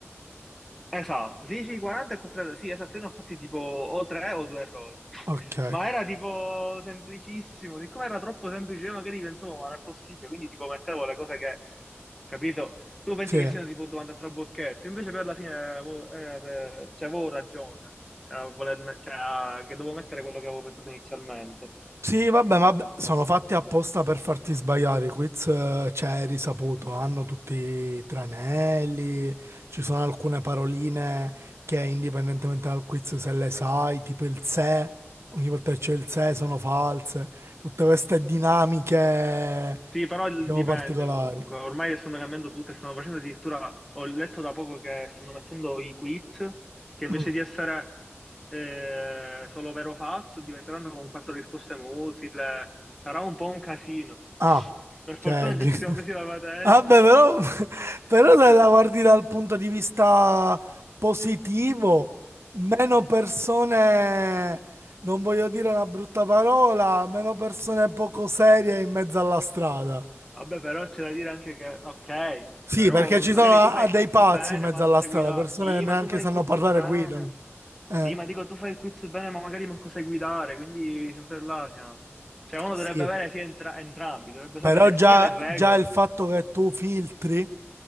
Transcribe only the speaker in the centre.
Esatto, sì, sì, 40 e 4 errori, sì, esatto, io ne ho fatti tipo o 3 o 2 errori,
ma era tipo semplicissimo, siccome era troppo semplice io magari pensavo ma non è possibile, quindi tipo mettevo le cose che, capito, tu pensi
che siano tipo domande a trabocchetto, invece per la fine avevo, eh, cioè, avevo ragione, a voler me- cioè, a- che dovevo mettere quello che avevo pensato inizialmente.
Sì, però dipende
comunque. Ormai le stanno cambiando tutte, stanno facendo addirittura, ho letto da poco che stanno mettendo i quiz, che invece
di essere eh, solo vero o falso, diventeranno con quattro risposte multiple. Sarà un po' un casino.
Per
fortuna
già ci
siamo presi la patente.
Vabbè, però c'è da dire anche che, ok,
però
magari
tu fai il
quiz
bene,
ma non
segui
la...
Sì,
ma tu fai
il quiz
bene.
Sì, ma dico, tu fai il quiz bene, ma magari manco sai guidare, quindi sempre là siamo. Cioè, uno
dovrebbe avere sia entra- entrambi, dovrebbe
sapere
sia le regole.